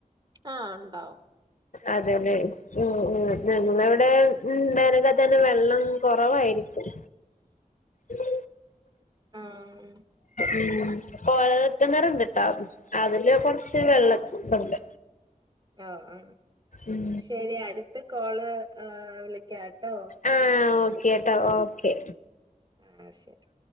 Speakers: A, on the right (about 30°); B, on the left (about 60°).
A: ആഹ് ണ്ടാവും.
B: അതെല്ലെ. ഉം ഉം ഞങ്ങളിവിടെ ഉം വേനൽക്കലത്ത് തന്നെ വെള്ളം കുറവായിരിക്കും. ഉം
A: ആഹ്.
B: ഉം കോഴൽക്കിണറുണ്ട്ട്ടോ അതില് കൊറച്ച് വെള്ളക്കണ്ട്.
A: ആഹ് ആഹ്
B: ഉം
A: ശരി അടുത്ത കോള് വിളിക്കാട്ടോ.
B: ആഹ് ഓക്കെ ട്ടോ ഓക്കെ.
A: ആഹ് ശരി